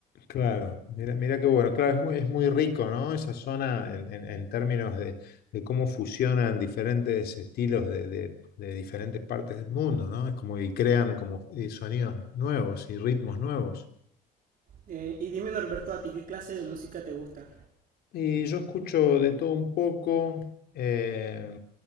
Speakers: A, on the left; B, on the right.
A: Claro. Mira, mira qué bueno. Claro, es muy, es muy rico, ¿no? Esa zona en, en- en términos de, de cómo fusionan diferentes estilos de, de- de diferentes partes del mundo, ¿no? Es como y crean como eh, sonidos nuevos y ritmos nuevos.
B: Eh, y dime Norberto, ¿a ti qué clase de música te gusta?
A: Y yo escucho de todo un poco, eh,